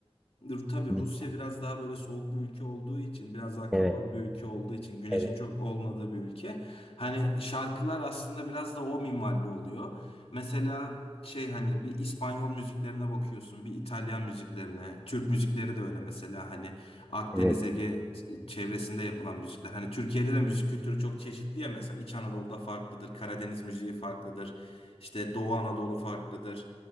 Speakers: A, on the left; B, in the centre.
A: E, tabii
B: Kesinlikle.
A: Rusya biraz daha böyle soğuk bir ülke olduğu için, biraz daha kapalı
B: Evet,
A: bir ülke olduğu için, güneşin
B: evet,
A: çok olmadığı bir ülke. Hani şarkılar aslında biraz da o minvalli oluyor. Mesela şey hani bir İspanyol müziklerine bakıyorsun, bir İtalyan müziklerine, Türk müzikleri de öyle mesela hani Akdeniz
B: evet.
A: Ege çevresinde yapılan müzikler. Hani Türkiye'de de müzik kültürü çok çeşitli ya mesela İç Anadolu'da farklıdır, Karadeniz müziği farklıdır, işte Doğu Anadolu farklıdır.